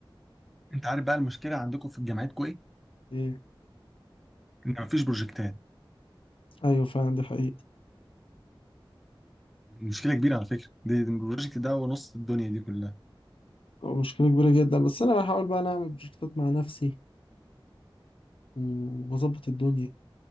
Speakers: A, in the centre; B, on the left.
A: انت عارف بقى المشكلة عندكم في جامعتكم ايه؟
B: ايه
A: ان مفيش بروجكتات
B: ايوه فعلا دي حقيقه
A: مشكلة كبيرة على فكرة دي دي البروجكت ده ونص الدنيا دي كلها
B: مشكله كبيره جدا بس انا بحاول بقى أنا اعمل بروجكتات مع نفسي واظبط الدنيا